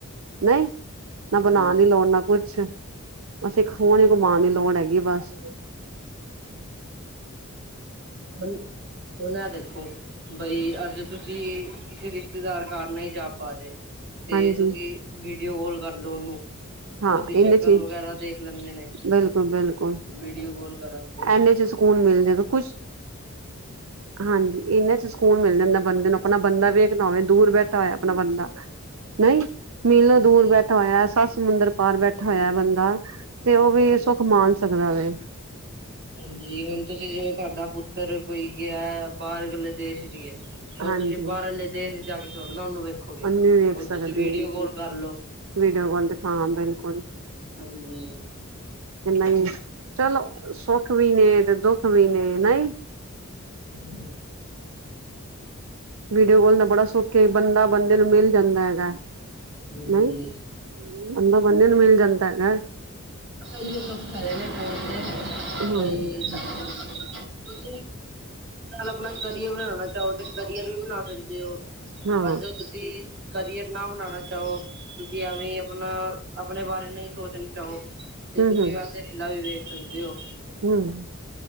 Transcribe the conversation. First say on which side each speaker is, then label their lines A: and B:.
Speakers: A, on the right (about 70°); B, on the right (about 55°).
A: ਨਹੀਂ ਬਣਾਉਣ
B: ਹਾਂਜੀ।
A: ਦੀ ਲੋੜ ਨਾ ਕੁਛ ਅਸੀਂ ਫੋਨ ਘੁੰਮਾਉਣ ਦੀ ਲੋੜ ਹੈਗੀ ਆ ਬਸ
B: ਓਨ ਉਹਨਾਂ ਦੇਖੋ ਬਈ ਅੱਜ ਤੁਸੀਂ ਕਿਸੇ ਰਿਸ਼ਤੇਦਾਰ ਘਾਰ ਨਹੀਂ ਹੀ ਜਾ ਪਾ ਰਹੇ ਤੇ
A: ਹਾਂਜੀ
B: ਤੁਸੀਂ ਵੀਡੀਓ ਕਾਲ ਕਰ ਲਉ ਉਹਨੂੰ।
A: ਹਾਂ
B: ਓਦੀ ਸ਼ਕਲ
A: ਇਹਨੇ ਚ
B: ਵਗੈਰਾ ਦੇਖ ਲੈਂਦੇ ਨੇ
A: ਬਿਲਕੁਲ ਬਿਲਕੁਲ
B: ਵੀਡੀਓ ਕਾਲ ਕਰਨ ਤੇ।
A: ਇਨੇ ਸਕੂਨ ਮਿਲ ਜਾਏਗਾ ਕੁਛ ਹਾਂਜੀ ਇਹਨਾਂ ਚ। ਸਕੂਨ ਮਿਲ ਜਾਂਦਾ ਬੰਦੇ ਨੂੰ ਆਪਣਾ ਬੰਦਾ ਵੇਖ ਨਾ ਹੋਵੇ ਦੂਰ ਬੈਠਾ ਹੋਇਆ ਆਪਣਾ ਬੰਦਾ। ਨਹੀਂ ਮੀਲੋਂ
B: ਹਾਂਜੀ
A: ਦੂਰ ਬੈਠਾ ਹੋਇਆ ਸੱਸ ਸਮੁੰਦਰ ਪਾਰ ਬੈਠਾ ਹੋਇਆ ਬੰਦਾ। ਤੇ ਉਹ
B: ਹਾਂਜੀ
A: ਵੀ ਸੁੱਖ ਮਾਣ ਸਕਦਾ ਵੇ।
B: ਹਾਂਜੀ ਹੁਣ ਤੁਸੀਂ ਜਿਵੇਂ ਤੁਹਾਡਾ ਪੁੱਤਰ ਕੋਈ ਗਿਆ ਬਾਹਰ ਲੇ ਦੇਸ਼ ਚ ਜੀ ਹੁਣ
A: ਹਾਂਜੀ
B: ਤੁਸੀਂ ਬਾਹਰਲੇ ਦੇਸ਼ ਜਾ ਕੇ ਥੋੜ੍ਹਾ ਉਹਨੂੰ ਵੇਖੋ ਗੇ
A: ਉਹਨੂੰ
B: ਰਖੋਗੇ
A: ਵੀ ਵੇਖ
B: ਹੁਣ
A: ਸਕਦੇ
B: ਤੁਸੀਂ ਵੀਡੀਓ ਕਾਲ ਕਰਲੋ
A: ਵੀਡੀਓ ਕਾਲ ਤੇ ਹਾਂ ਬਿਲਕੁਲ
B: ਹਾਂਜੀ
A: ਨਹੀਂ ਚਲੋ ਸੁੱਖ ਵੀ ਨੇ ਤੇ ਦੁੱਖ ਵੀ ਨੇ ਨਹੀਂ
B: ਹੂੰ
A: ਵੀਡੀਓ ਕੋਲ ਦਾ ਬੜਾ ਸੁਖ ਹੈਗਾ ਬੰਦਾ ਬੰਦੇ ਨੂੰ ਮਿਲ ਜਾਂਦਾ ਹੈਗਾ
B: ਜੀ
A: ਨਹੀਂ ਬੰਦਾ ਬੰਦੇ ਨੂੰ ਮਿਲ ਜਾਂਦਾ ਹੈਗਾ
B: ਸਹੀੱ ਤਾਂ ਸਾਰੇ ਨੇ ਬੋਲਦੇ
A: ਹਾਂ
B: ਬੜੀ ਤੁਸੀਂ ਆਪਣਾ ਕਰੀਅਰ ਬਣਾਉਣਾ ਚਾਹੋ ਤੇ ਕਰੀਅਰ ਵੀ ਬਣਾ ਸਕਦੇ ਹੋ
A: ਹਾਂ
B: ਅੱਜ ਤੁਸੀਂ ਕਰੀਅਰ ਨਾ ਬਣਾਉਣਾ ਚਾਹੋ ਤੁਸੀਂ ਐਵੇਂ ਆਪਣਾ ਆਪਣੇ ਬਾਰੇ ਨਹੀਂ ਸੋਚਣਾ ਚਾਹੋ ਤੇ
A: ਹੂੰ
B: ਤੁਸੀਂ
A: ਹੂੰ
B: ਵਾਸਤੇ ਰੀਲਾ ਵੀ ਵੇਖ ਸਕਦੇ ਹੋ
A: ਹੂੰ